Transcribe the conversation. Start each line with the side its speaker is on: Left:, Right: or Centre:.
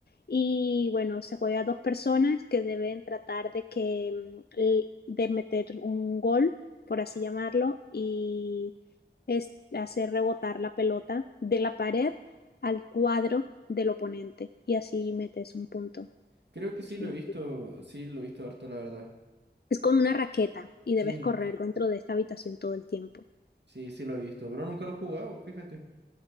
Left: y bueno, se juega a dos personas que deben tratar de que mm, de meter un gol, por así llamarlo, y es hacer rebotar la pelota de la pared al cuadro del oponente y así metes un punto.
Right: Creo que sí
Left: Sí.
Right: lo he visto, sí lo he visto harto, la verdad.
Left: Es con una raqueta y
Right: Sí,
Left: debes correr dentro de esta habitación todo el tiempo.
Right: sí, sí lo he visto, pero nunca lo he jugado, fíjate.